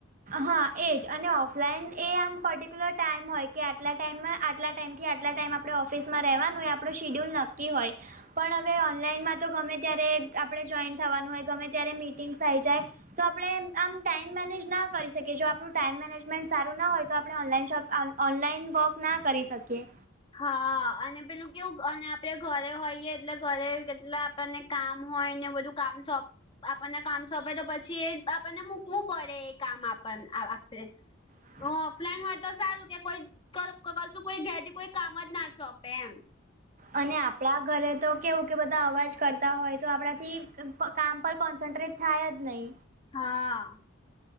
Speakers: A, on the right; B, on the left.
A: હા, એજ અને ઓફલાઈન એ આમ પર્ટિક્યુલર ટાઈમ હોય કે આટલા ટાઈમમાં આટલા ટાઈમ થી આટલા ટાઈમ આપણે ઓફિસમાં રહેવાનું હોય આપણું શિડ્યુલ નક્કી હોય. પણ હવે ઓનલાઈનમાં તો ગમે ત્યારે આપણે જોઈન થવાનું હોય, ગમે ત્યારે મીટિંગસ થઈ જાય. તો આપણે આમ ટાઈમ મેનેજ ના કરી શકીએ. જો આપણું ટાઈમ મેનેજમેન્ટ સારું ના હોય, તો આપણે ઓનલાઈન ઓનલાઈન વર્ક ના કરી શકીએ.
B: હા, અને પેલું કેવું અને આપડે ઘરે હોઈએ એટલે ઘરે કેટલે આપણને કામ હોય ને બધું કામ સોંપ આપણને કામ સોંપે તો પછી એ આપણને મૂકવું પડે એ કામ આણે આપને.
A: હા.
B: ઓફલાઈન હોય તો સારું કે કોઈ કશું કોઈ ઘેરથી કોઈ કામ જ ના સોંપે એમ.
A: અને આપણા ઘરે તો કેવું કે બધા અવાજ કરતા હોય તો આપણાથી કામ પર કોન્સન્ટ્રેટ થાય જ નઈ.
B: હા